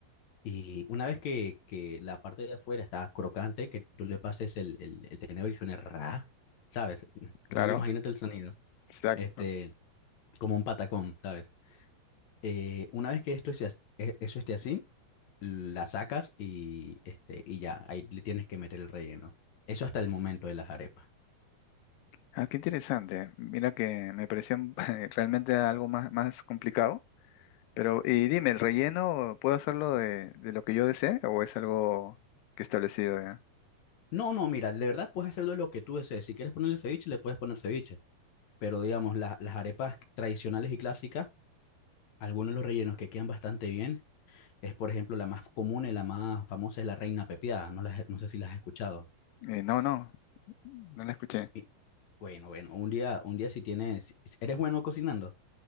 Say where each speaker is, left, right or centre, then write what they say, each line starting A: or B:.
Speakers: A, on the left; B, on the left.
A: Y una vez que, que la parte de afuera está crocante, que tú le pases el, el, el tenedor y suene ra, ¿sabes? <laughs> Y
B: Claro,
A: solo imagínate el sonido,
B: exacto.
A: este, como un patacón, ¿sabes? Eh, una vez que esto esté, as- e- eso esté así, la sacas y, este, y ya, ahí le tienes que meter el relleno. Eso hasta el momento de las arepas.
B: Ah, qué interesante. Mira que me pareció <laughs> realmente algo más, más complicado. Pero, y dime, ¿el relleno puedo hacerlo de, de lo que yo desee o es algo que establecido ya?
A: No, no, mira, de verdad puedes hacerlo de lo que tú desees. Si quieres ponerle ceviche, le puedes poner ceviche. Pero digamos, la- las arepas tradicionales y clásicas, algunos de los rellenos que quedan bastante bien es, por ejemplo, la más común y la más famosa es la reina pepiada. No, las- no sé si las has escuchado.
B: Eh, no, no, no la escuché.
A: Y- bueno, bueno, un día, un día si tienes, si- si ¿eres bueno cocinando?